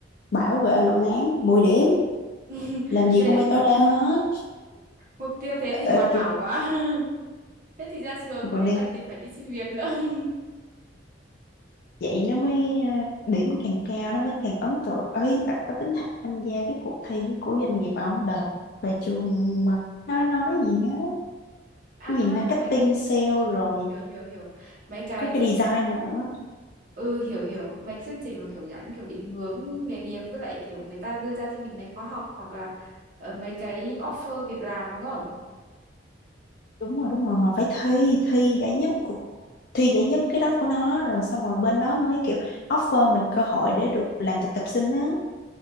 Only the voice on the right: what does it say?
<laughs>
thế
mục tiêu thế thì
hoàn hảo
quá <laughs> thế thì ra trường
thế
cần gì phải đi xin việc nữa <laughs>
À
mấy cái
ừ,
hiểu hiểu hiểu. Mấy cái
chương
trình
ừ hiểu hiểu, mấy cái chương trình mà kiểu dẫn kiểu định hướng nghề nghiệp với lại kiểu người ta đưa ra cho mình mấy khóa học hoặc là ờ, mấy cái offer việc làm đúng không?